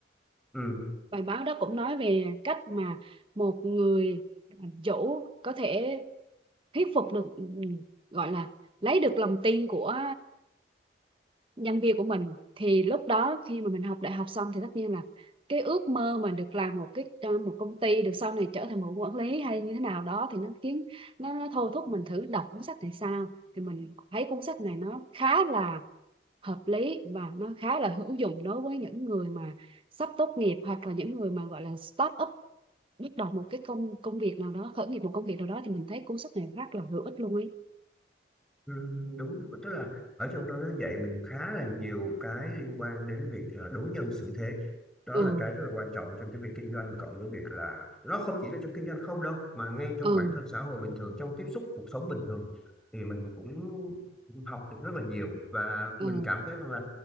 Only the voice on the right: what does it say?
Bài báo đó cũng nói về cách mà một người chủ có thể thuyết phục được ừ, gọi là lấy được lòng tin của nhân viên của mình thì lúc đó khi mà mình học đại học xong thì tất nhiên là cái ước mơ mà được làm một cái ờ, một công ty được sau này trở thành một quản lý hay như thế nào đó thì nó khiến nó, nó thôi thúc mình thử đọc cuốn sách này sao thì mình thấy cuốn sách này nó khá là hợp lý và nó khá là hữu dụng đối với những người mà sắp tốt nghiệp hoặc là những người mà gọi là start up bắt đầu một cái công công việc nào đó khởi nghiệp một công việc nào đó thì mình thấy cuốn sách này rất là hữu ích luôn ấy
ừ
ừ
ừ